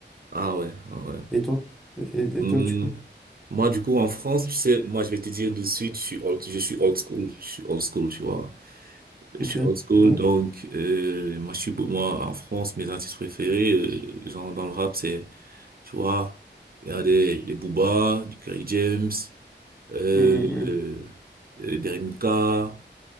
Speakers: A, on the right; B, in the centre.
A: Ah ouais, ah ouais.
B: Et toi? Et, et-
A: Hmm,
B: et toi, du coup?
A: Moi, du coup, en France, tu sais, moi, je vais te dire de suite, je suis old, je suis old school, je suis old school, tu vois. Je
B: Ok.
A: suis old school,
B: Donc.
A: donc euh, moi, je suis, beau- moi, en France, mes artistes préférés, euh, genre dans le rap, c'est, tu vois, il y a des, des Booba, du Kerry James, euh,
B: Hum, hum,
A: euh, euh, Derrick Mika,